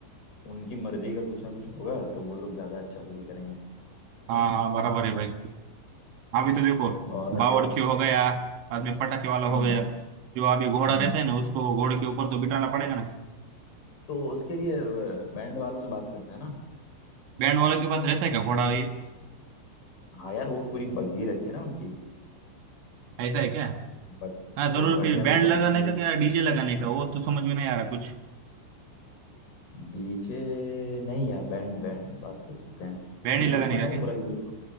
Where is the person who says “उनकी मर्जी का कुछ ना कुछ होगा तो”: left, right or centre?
Left